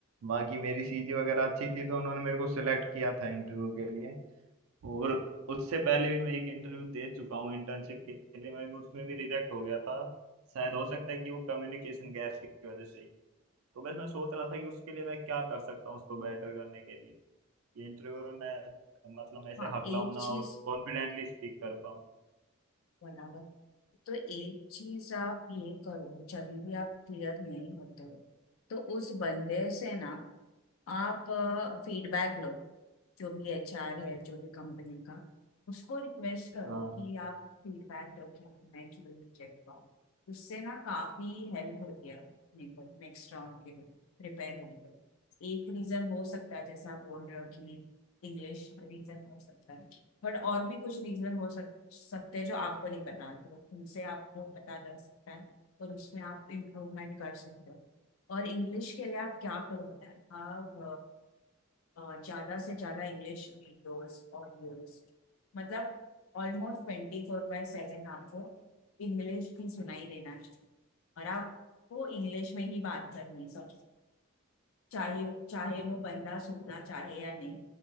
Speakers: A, on the right (about 85°); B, on the left (about 80°).
A: बाकी मेरी सीजी वगैरह अच्छी थी तो उन्होंने मेरे को सिलेक्ट किया था इंटरव्यू के लिए और उससे पहले भी मैं एक इंटरव्यू दे चुका हूँ इंटर्नशिप के लिए मैं भी उसमें भी रिजेक्ट हो गया था शायद हो सकता है कि वो कम्युनिकेशन गैप्स की वजह से ही तो बस मैं सोच रहा था कि उसके लिए मैं क्या कर सकता हूँ उसको बेटर करने के लिए ये इंटरव्यू में मैं मतलब ऐसे
B: हाँ
A: हकलाऊँ
B: एक
A: ना
B: चीज
A: और कॉन्फिडेंटली स्पीक कर पाऊँ
B: बराबर तो एक चीज आप ये करो जब भी आप क्लियर नहीं होते हो तो उस बंदे से ना आप फीडबैक लो जो भी एचआर है जो भी कंपनी का उसको रिक्वेस्ट करो
A: हाँ
B: कि आप फीडबैक दो कि मैं क्यों रिजेक्ट हुआ उससे ना काफी हेल्प होती है अपने को नेक्स्ट राउंड के लिए प्रिपेयर होने के लिए एक रीजन हो सकता है जैसा आप बोल रहे हो कि इंग्लिश रीजन हो सकता है बट और भी कुछ रीजन हो सक, सकते हैं जो आपको नहीं पता तो उनसे आपको पता लग सकता है और उसमें आप इम्प्रूवमेंट कर सकते हो और इंग्लिश के लिए आप क्या करो बताएं आप ज़्यादा से ज़्यादा इंग्लिश वीडियोस ऑडियोस मतलब ऑलमोस्ट ट्वेंटी फोर बाय सेवन आपको इंग्लिश ही सुनाई देना चाहिए और आपको इंग्लिश में ही बात करनी है सबसे चाहे चाहे वो बंदा सुनना चाहे या नहीं